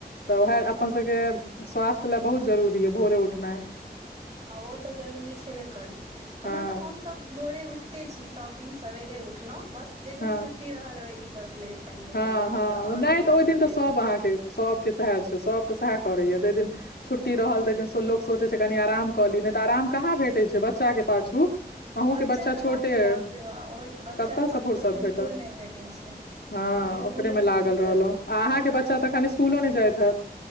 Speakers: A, on the left (about 70°); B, on the right (about 40°).
A: तऽ उएह अपन सभके स्वास्थ्य लए बहुत जरूरी यऽ भोरे उठनाइ।
B: ह ओ तऽ जरूरी छेबे करै,
A: हँ
B: ओना तऽ हम सब भोरे उइठते छीयै सब दिन सबवेरे उठलहुँ बस जेहि दिन
A: हँ
B: छुट्टी रहल ओहि दिन बस लेट कनि भऽ
A: हँ
B: गेल
A: हँ
B: नहि तऽ आओर
A: नै तऽ ओहि
B: सवेरे
A: दिन तऽ सभ अहाँके सभके सेहे छै सभ तऽ सएह करेया जहि दिन छुट्टी रहल ते दिन लोक सोचे छै कनी आराम क ली नै तऽ आराम कहाँ भेटे छै, बच्चा के पाछू अहूँके
B: बच्चा के
A: छोटे
B: पाछू त
A: अइ
B: बाप रे बाप ओ बच्चा
A: कतऽसँ
B: के पाछू
A: फुर्सत
B: तऽ बिलकुल
A: भेटत
B: नै भेटै छै,
A: हँ
B: बिल्कुले
A: ओकरे मे
B: नहि
A: लागल
B: फुर्सत
A: रहलहुँ आ अहाके
B: पूरा
A: बच्चा तऽ एखन स्कुलो ने जाइत हेएत